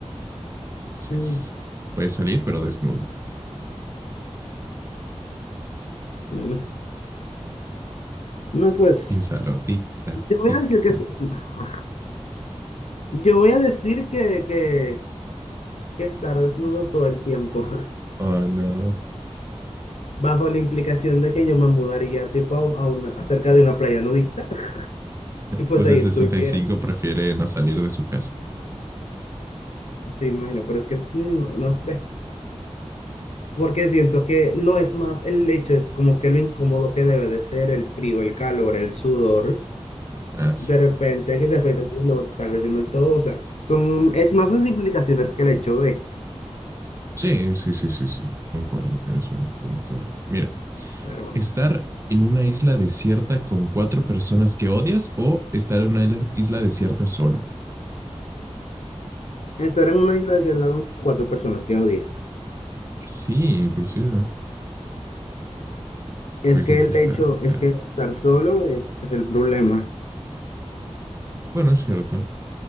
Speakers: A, on the right; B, on the left.
A: así
B: Mm,
A: es. Puedes salir, pero desnudo.
B: mm, No, pues,
A: Piénsalo. Tic, tac,
B: yo voy
A: tic,
B: a decir que
A: tac.
B: es... <laughs> Yo voy a decir que, que, que estar desnudo todo el tiempo, <laughs>
A: Oh, no.
B: bajo la implicación de que yo me mudaría tipo a, a una, acerca de una playa nudista <laughs> y pues
A: Pues
B: ahí
A: el
B: estuviera.
A: sesenta y cinco prefiere no salir de su casa.
B: Sí, me imagino, pero es que mm, no sé, porque siento que no es más el hecho, es como que lo incómodo que debe de ser el frío, el calor, el sudor,
A: Ah, sí.
B: de repente que te afecta el no está creciendo el todo, o sea, son, es más las implicaciones que el hecho de,
A: Sí, sí, sí, sí, sí. Concuerdo, tienes un punto. Mira,
B: pero bueno,
A: estar en una isla desierta con cuatro personas que odias o estar en una isla, desierta solo.
B: estar en una isla desierta con cuatro personas que odié.
A: Sí, inclusive.
B: Es
A: Oye,
B: que
A: eso
B: el
A: está.
B: hecho es
A: eh,
B: que estar solo es, es el problema.
A: Bueno, es cierto.